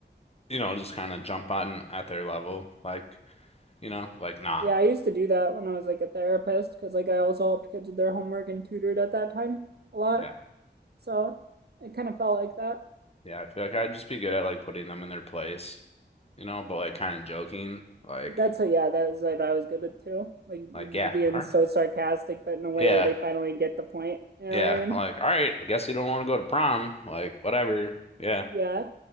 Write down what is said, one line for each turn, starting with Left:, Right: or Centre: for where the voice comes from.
Left: you know just kind of jump on at their level like you know like nah.
Right: Yeah, I used to do that when I was like a therapist because like I also helped kids with their homework and tutored at that time a lot.
Left: Yeah.
Right: So it kind of felt like that.
Left: Yeah, I feel like I'd just be good at like putting them in their place, you know, but like kind of joking like
Right: That's a, yeah, that's like I was good at too. Like
Left: like yeah,
Right: being
Left: all right.
Right: so sarcastic, but in a way
Left: Yeah.
Right: where they finally get the point. You know
Left: Yeah,
Right: what I mean?
Left: like all right, guess you don't want to go to prom, like whatever. Yeah.
Right: Yeah.